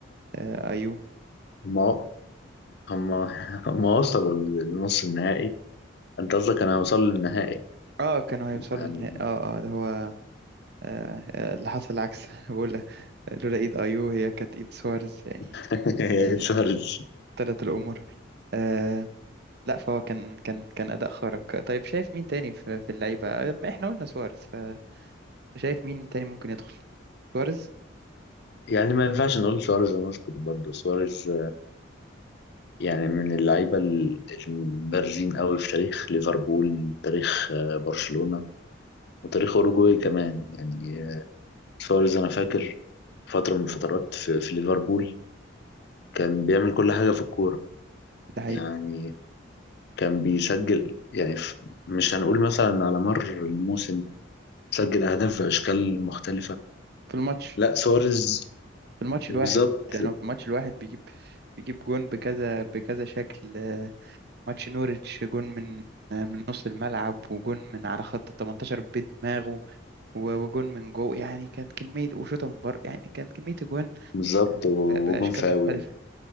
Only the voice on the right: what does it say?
آه، أيو
اه كانوا هيوصلوا
للنهائي اه اه ده هو آه آه، اللي حصل العكس <laughs> أنا بقول آه، لولا ايد ايو هي كانت ايد سوارز يعني
آه
تلت الامور آه لا فهو كان كان كان اداء خارق طيب شايف مين تاني في, في اللعيبه آه، ما احنا قلنا سوارز فشايف مين تاني ممكن يدخل سوارز
ده حقيقي
في الماتش
في الماتش
الواحد يعني هو في الماتش الواحد بيجيب بيجيب جون بكذا بكذا شكل آه ماتش نوريتش جون من آه، من نص الملعب وجون من على خط ال 18 بدماغه و- وجون من جو يعني كانت كمية وشوطة من بره يعني كانت كمية أجوان
ب- بأشكال
مختلفة